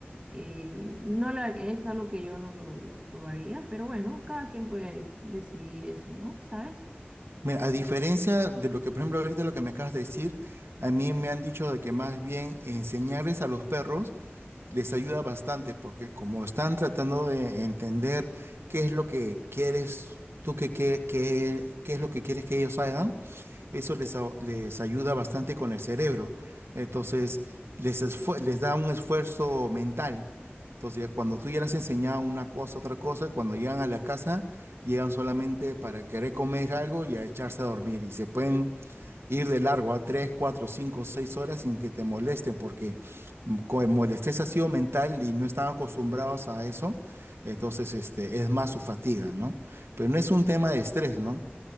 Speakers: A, on the right; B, on the right.
A: eh, no la- es algo que yo no lo, lo probaría, pero bueno, cada quien puede decidir eso, ¿no? ¿Sabes?
B: mira, a diferencia de lo que, por ejemplo, ahorita lo que me acabas de decir, a mí me han dicho de que más bien enseñarles a los perros les ayuda bastante porque como están tratando de entender qué es lo que quieres tú que, que- que- qué es lo que quieres que ellos hagan, eso les, a- les ayuda bastante con el cerebro. Entonces, les, esfue- les da un esfuerzo mental. Entonces, ya cuando tú ya les has enseñado una cosa, otra cosa, cuando llegan a la casa, llegan solamente para querer comer algo y a echarse a dormir y se pueden ir de largo a 3 4 5 6 horas sin que te molesten, porque mm, como el estrés ha sido mental y no están acostumbrados a eso, entonces este, es más su fatiga, ¿no? Pero no es un tema de estrés, ¿no?